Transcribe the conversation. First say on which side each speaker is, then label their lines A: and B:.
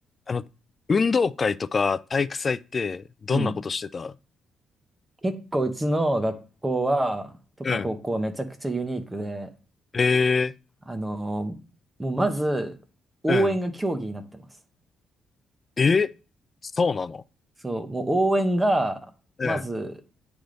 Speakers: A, on the left (about 35°); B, on the right (about 20°).
A: あの、運動会とか体育祭ってどんなことしてた
B: うん。結構うちの学校は、特に高校はめちゃくちゃユニークで、
A: うん。え
B: あのーもうまず、応援が競技になってます。
A: ー、うん。えそうなの
B: そう、もう応援が、
A: うん。
B: まず、